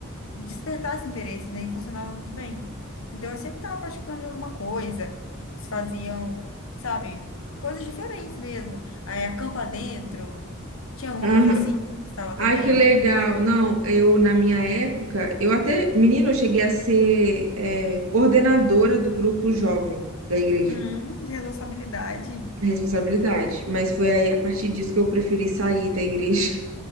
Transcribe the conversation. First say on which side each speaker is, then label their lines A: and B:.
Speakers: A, on the left (about 75°); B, on the right (about 75°).
A: despertar esse interesse, né, e funcionava muito bem. Então, eu sempre estava participando de alguma coisa, eles faziam, sabe, coisas diferentes mesmo. Aí, acampa dentro, tinha alguma
B: Aham.
A: coisa assim que eu gostava também?
B: Ai, que legal. Não, eu, na minha época, eu até, menina, eu cheguei a ser, é, coordenadora do grupo jovem da igreja.
A: Hum, de responsabilidade.
B: Responsabilidade. Mas foi aí, a partir disso, que eu preferi sair da igreja.